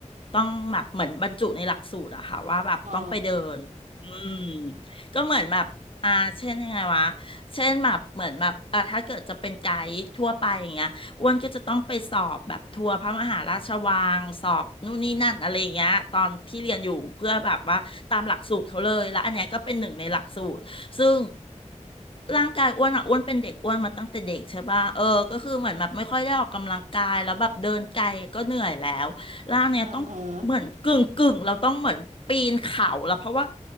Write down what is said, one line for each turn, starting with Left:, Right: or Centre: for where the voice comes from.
Left: ต้องแบบเหมือนบรรจุในหลักสูตรอะค่ะว่าแบบต้องไปเดินอืม
Right: อ๋อ
Left: ก็เหมือนแบบอ่าเช่นยังไงวะเช่นแบบเหมือนแบบอ่าถ้าเกิดจะเป็นไกด์ทั่วไปอย่างเงี้ยอ้วนก็จะต้องไปสอบแบบทัวร์พระมหาราชวังสอบนู่นนี่นั่นอะไรอย่างเงี้ยตอนที่เรียนอยู่เพื่อแบบว่าตามหลักสูตรเขาเลยแล้วอันเนี้ยก็เป็นหนึ่งในหลักสูตร ซึ่งร่างกายอ้วนอ่ะอ้วนเป็นเด็กอ้วนมาตั้งแต่เด็กใช่ป่ะเออก็คือเหมือนแบบไม่ค่อยได้ออกกำลังกายแล้วแบบเดินไกลก็เหนื่อยแล้วร่างเนี่ยต้องเหมือนกึ่งกึ่งเราต้องเหมือนปีนเขาแล้วเพราะว่า
Right: อ่าเหรอ